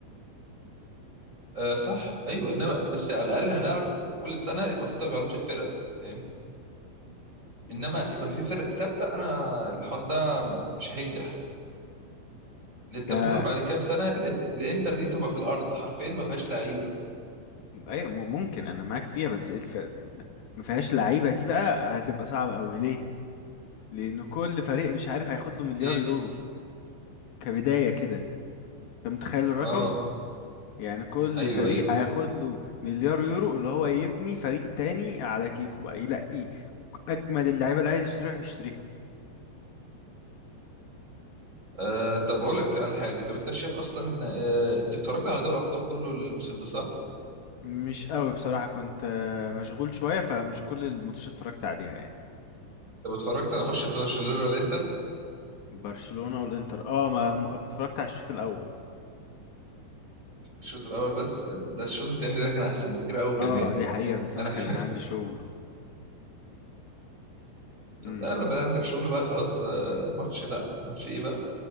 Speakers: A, on the right; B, on the left.
A: آه، صح ايوه انما بس على الاقل هنعرف كل سنه يبقى في تغيرات في الفرق فاهمني؟
B: مم.
A: انما يبقى في فرق ثابته انا الحوار ده مش هينجح لأن
B: ده
A: انت ممكن بعد كام سنه الانت- الانتر دي تبقى في الارض حرفيا ما فيهاش لعيبه
B: ايوه م- ممكن انا معاك فيها بس الف... ما فيهاش لعيبه دي بقى هتبقى صعبه قوي ليه لان كل فريق مش عارف هياخد له مليار
A: دي-
B: يورو كبدايه كده انت متخيل الرقم
A: اه
B: يعني كل
A: ايوه
B: فريق
A: ايوه
B: هياخد له مليار يورو اللي هو يبني فريق تاني على كيفه بقى يلاقي اجمد اللعيبه اللي عايز يشتريها يشتريها
A: آه طب اقول لك على حاجه طب انت شايف اصلا آه انت اتفرجت على دوري ابطال كله الموسم ده صح؟
B: مش قوي بصراحه كنت آه، مشغول شويه فمش كل الماتشات اتفرجت عليها يعني
A: طب اتفرجت على ماتش برشلونه الانتر
B: برشلونه والانتر اه ما ما- اتفرجت على الشوط الاول
A: الشوط الاول بس ده الشوط التاني ده كان احسن بكتير قوي كمان
B: اه دي حقيقه بس
A: انا
B: انا كان
A: <laughs>
B: عندي شغل امم
A: لا لا بقى عندك شغل بقى خلاص آه، ماتش لا ماتش ايه بقى